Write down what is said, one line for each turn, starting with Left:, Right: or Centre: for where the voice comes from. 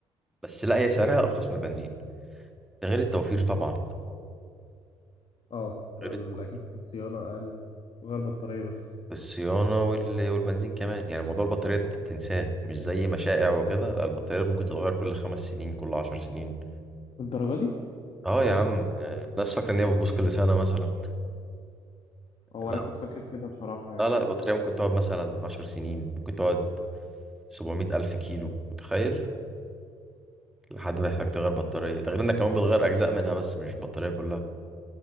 Centre: بس لا هي سعرها أرخص من البنزين ده غير التوفير طبعا
Left: اه
Centre: غير
Left: ال-
Centre: التوفير
Left: اكيد الصيانه اقل وغير بطاريه بس
Centre: في الصيانة وال- والبنزين كمان يعني موضوع البطارية ده أنت تنساه مش زي مشائع وكده لا البطارية ممكن تتغير كل خمس سنين كل عشر سنين
Left: الدرجة دي؟
Centre: اه يا عم آه، الناس فاكرة إن هي بتبوظ كل سنة مثلا
Left: هو
Centre: لا
Left: أنا كنت فاكر كده بصراحة يعني
Centre: لا لا البطارية ممكن تقعد مثلا عشر سنين ممكن تقعد سبعمية ألف كيلو متخيل لحد ما يحتاج تغير بطارية ده غير انك كمان بتغير اجزاء منها بس مش البطارية كلها